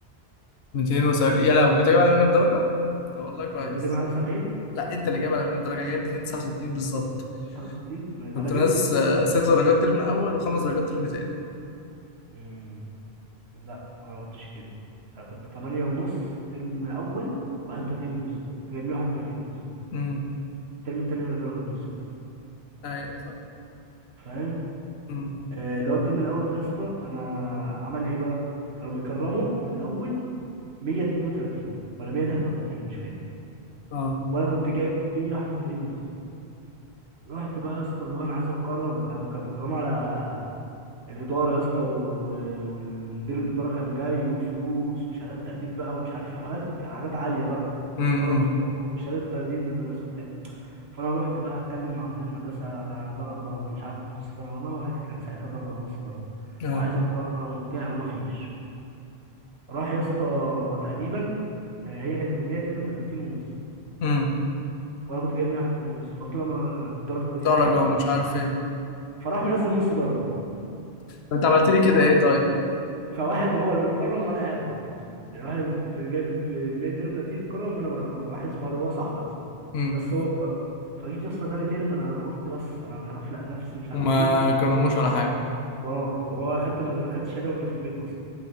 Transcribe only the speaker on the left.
270
يا لهوي كنت جايب اعلى مني بدرجه طب والله كويس
لا انت اللي جايب اعلى مني بدرجه جايب 269 بالظبط
كنت
ناس
آه، ست درجات ترم اول وخمس درجات ترم تاني
امم
ايوه فاهم
امم
اه
امم
اه
امم
درجه
ومش عارف
ايه
طب انت عملت لي كده
ايه طيب
امم
وما
كرموش ولا حاجه